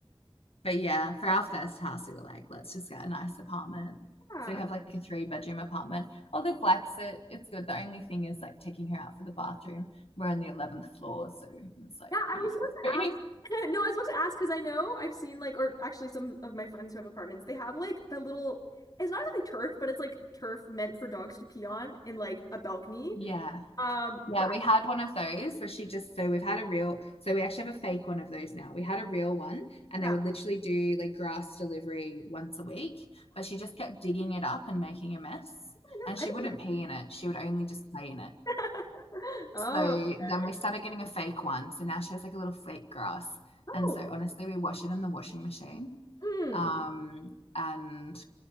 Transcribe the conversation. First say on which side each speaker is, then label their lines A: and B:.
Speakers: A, on the left (about 75°); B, on the left (about 40°).
A: but
B: for sure.
A: yeah, for our first house, we were like, let's just get a nice apartment.
B: Yeah,
A: So we have like a three bedroom apartment. Although Black's it, it's good. The only thing is like taking her out for the bathroom. We're on the 11th floor, so it's like
B: Yeah, I
A: pretty
B: was
A: frustrating.
B: about to ask.
A: <laughs>
B: <laughs> No, I was about to ask because I know I've seen like, or actually some of my friends who have apartments, they have like the little, it's not exactly turf, but it's like turf meant for dogs to pee on in like a balcony.
A: Yeah.
B: Um,
A: Yeah,
B: but I-
A: we had one of those where she just so we've had a real so we actually have a fake one of those now. We had a real one and
B: yeah,
A: they would literally do like grass delivery once a week, but she just kept digging it up and making a mess.
B: oh
A: And
B: my
A: she
B: God, I didn't
A: wouldn't
B: know.
A: pee in it. She would only just play in it.
B: Oh, <laughs> oh,
A: So
B: okay.
A: then we started getting a fake one. So now she has like a little fake grass.
B: Oh,
A: And so honestly, we wash it in the washing machine.
B: mm.
A: Um, and